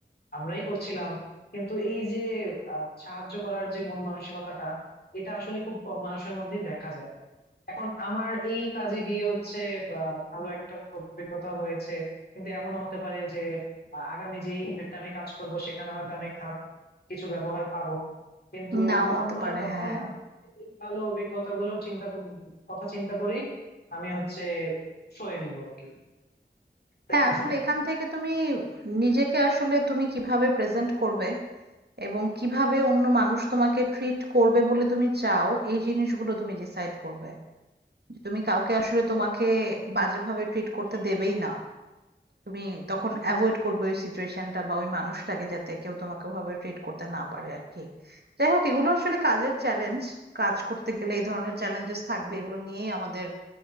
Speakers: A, on the left; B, on the right.
A: আমরাই করছিলাম কিন্তু এই যে আহ, সাহায্য করার যে মন মানসিকতাটা এটা আসলে খুব কম মানুষের মধ্যেই দেখা যায় এখন আমার এই কাজে গিয়ে হচ্ছে বা, ভালো একটা অভিজ্ঞতা হয়েছে কিন্তু এমনও হতে পারে যে আ- আগামী যে ইভেন্টে আমি কাজ করব সেখানে হয়তো আমি খারাপ কিছু ব্যবহার পাবো কিন্তু
B: নাও
A: আমার
B: হতে
A: মনে
B: পারে
A: হয় তখন
B: হ্যাঁ
A: আমি এই ভালো অভিজ্ঞতা গুলো চিন্তা কর- কথা চিন্তা করেই আমি হচ্ছে সয়ে নিবো আর কি
B: হ্যাঁ
A: দেখা
B: আসলে
A: যাক
B: এখান থেকে তুমি নিজেকে আসলে তুমি কিভাবে প্রেজেন্ট করবে এবং কিভাবে অন্য মানুষ তোমাকে ট্রিট করবে বলে তুমি চাও এই জিনিসগুলো তুমি ডিসাইড করবে যে তুমি কাউকে আসলে তোমাকে বাজেভাবে ট্রিট করতে দেবেই না তুমি তখন অ্যাভয়েড করবে ওই সিচুয়েশনটা বা ওই মানুষটাকে যাতে কেউ তোমাকে ওভাবে ট্রিট করতে না পারে আর কি যাই হোক এগুলো আসলে কাজের চ্যালেঞ্জ কাজ করতে গেলে এই ধরনের চ্যালেঞ্জেস থাকবে এগুলো নিয়েই আমাদের